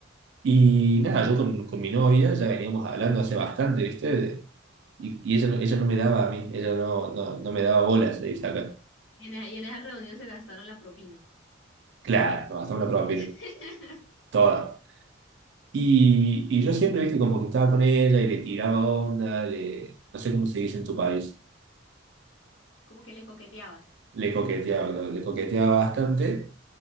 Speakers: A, on the right; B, on the left.
A: Y nada, yo con, con mi novia ya veníamos hablando hace bastante, ¿viste? Y, y ella, no- ella no me daba a mí, ella no, no, no me daba bolas, le dice acá.
B: Y en, esa- y en esa reunión se gastaron la propina.
A: Claro, nos gastamos la prueba, viene,
B: <laughs>
A: toda. Y, y yo siempre, viste, como que estaba con ella y le tiraba onda, le, no sé cómo se dice en tu país,
B: Como que le coqueteabas.
A: le coqueteaba, ¿no? le coqueteaba bastante.